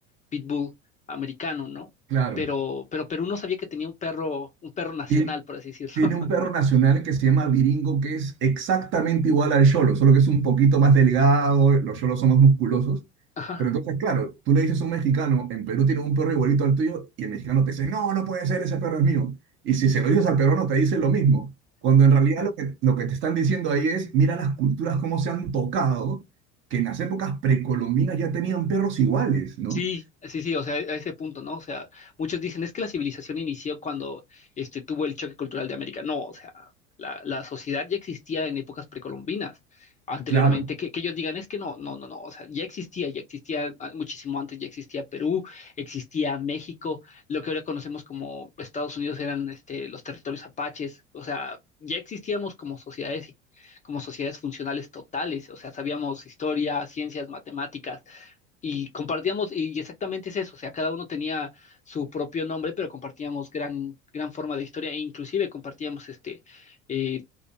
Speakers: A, on the left; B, on the right.
A: Pitbull americano, ¿no?
B: Claro.
A: Pero, pero Perú no sabía que tenía un perro, un perro nacional,
B: Y,
A: por así decirlo.
B: tiene un perro nacional que se llama Viringo, que es exactamente igual al Yolo, solo que es un poquito más delgado, los Yolos son más musculosos.
A: <laughs> Ajá.
B: Pero entonces, claro, tú le dices a un mexicano, en Perú tiene un perro igualito al tuyo, y el mexicano te dice, no, no puede ser, ese perro es mío. Y si se lo dices al peruano, te dice lo mismo. Cuando en realidad lo que, lo que te están diciendo ahí es, mira las culturas cómo se han tocado, que en las épocas precolombinas ya tenían perros iguales, ¿no?
A: Sí, sí, sí, o sea, a ese punto, ¿no? O sea, muchos dicen, es que la civilización inició cuando este, tuvo el choque cultural de América. No, o sea, la, la sociedad ya existía en épocas precolombinas, anteriormente,
B: Claro,
A: que, que ellos digan, es que no, no, no, no, o sea, ya existía, ya existía ah, muchísimo antes, ya existía Perú, existía México, lo que ahora conocemos como Estados Unidos eran este, los territorios apaches, o sea, ya existíamos como sociedades, como sociedades funcionales totales, o sea, sabíamos historia, ciencias, matemáticas y compartíamos, y exactamente es eso, o sea, cada uno tenía su propio nombre, pero compartíamos gran, gran forma de historia, e inclusive compartíamos este eh,